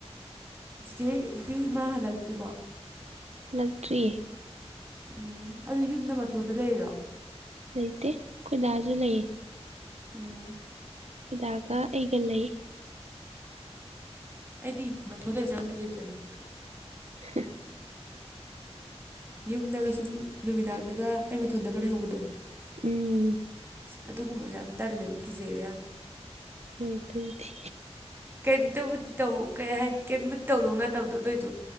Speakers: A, on the right (about 20°); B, on the right (about 75°).
A: ꯆꯤꯆꯦꯒꯤ ꯏꯃꯥ ꯍꯜꯂꯛꯇ꯭ꯔꯤꯕꯣ
B: ꯍꯜꯂꯛꯇ꯭ꯔꯤꯌꯦ
A: ꯎꯝ ꯑꯗꯨ ꯌꯨꯝꯗ ꯃꯊꯣꯟꯗ ꯂꯩꯔꯤꯔꯣ
B: ꯂꯩꯇꯦ ꯈꯣꯏ ꯗꯥꯁꯨ ꯂꯩꯌꯦ
A: ꯎꯝ
B: ꯈꯣꯏ ꯗꯥꯒ ꯑꯩꯒ ꯂꯩ
A: ꯑꯩꯗꯤ ꯃꯊꯣꯟ ꯂꯩꯕꯁꯦ ꯌꯥꯝ ꯀꯤ ꯇꯜꯂꯦ
B: ꯍ
A: ꯌꯨꯝꯗꯒ ꯁꯨꯝ ꯅꯨꯃꯤꯗꯥꯡꯗꯒ ꯑꯩ ꯃꯊꯣꯟꯗꯒ ꯂꯩꯍꯧꯕꯗꯣ
B: ꯎꯝ
A: ꯑꯗꯨꯒꯨꯝꯕꯁꯦ ꯌꯥꯝ ꯇꯜꯂꯦꯕ ꯀꯤꯖꯩꯕ ꯌꯥꯝ
B: ꯍꯣꯏ ꯗꯨꯕꯨꯗꯤ
A: ꯀꯔꯤꯝꯇꯕꯨꯗꯤ ꯇꯧ ꯀ ꯍꯥꯏꯗꯤ ꯀꯔꯤꯝꯇꯕꯨꯗꯤ ꯇꯧꯗꯧ ꯅꯠꯇꯕꯗꯣ ꯑꯗꯨꯑꯣꯏꯁꯨ